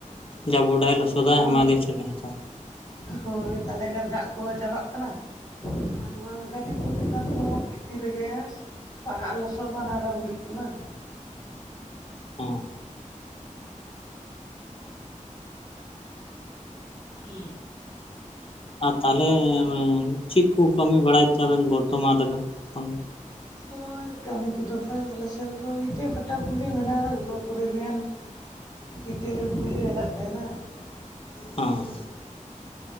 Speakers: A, on the left; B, on the left.
A: ᱡᱟᱵᱚᱰᱟᱭ, ᱞᱚᱥᱚᱫᱟᱭ
B: ᱚᱱᱟ
A: ᱟᱭᱢᱟ ᱫᱤᱱ ᱥᱚᱢᱚᱭᱮ ᱦᱟᱛᱟᱣᱟ᱾
B: ᱦᱳᱭ ᱛᱟᱦᱚᱞᱮ ᱠᱷᱟᱱ ᱫᱟᱜ ᱠᱚᱦᱚᱸ ᱪᱟᱵᱟᱜ ᱠᱟᱱᱟ᱾ ᱟᱨ ᱱᱚᱣᱟ ᱜᱟᱹᱰᱤ ᱠᱚᱛᱮ ᱠᱷᱟᱱ ᱫᱚ ᱢᱤᱫ ᱫᱤᱱ ᱨᱮᱜᱮ ᱯᱟᱲᱟᱜ ᱞᱚᱥᱚᱫ ᱵᱟᱱᱟᱨ ᱦᱩᱭᱩᱜ ᱠᱟᱱᱟ᱾
A: ᱦᱩᱸ᱾
B: ᱦᱩᱸ᱾
A: ᱟᱨ ᱛᱟᱦᱚᱞᱮ ᱪᱮᱫ ᱠᱚ ᱠᱟᱹᱢᱤ ᱵᱟᱲᱟᱭ ᱛᱟᱵᱮᱱ ᱵᱚᱨᱛᱚᱢᱟᱱ ᱨᱮᱫᱚ ᱮᱠᱷᱚᱱ?
B: <inaudible> ᱱᱚᱜ-ᱚᱭ ᱠᱟᱹᱢᱤ ᱠᱚᱫᱚ ᱱᱟᱦᱟᱜ ᱟᱞᱮᱥᱮᱱ ᱫᱚ ᱤᱴᱟᱹ ᱵᱷᱟᱴᱟ ᱠᱚᱜᱮ ᱢᱮᱱᱟᱜ-ᱟ, ᱚᱱᱟ ᱠᱚᱨᱮ ᱜᱮᱱ ᱤᱴᱟᱹ ᱞᱳᱴ ᱠᱚᱞᱮ ᱦᱮᱞᱟᱜ ᱛᱟᱦᱮᱸᱱᱟ᱾
A: ᱚ᱾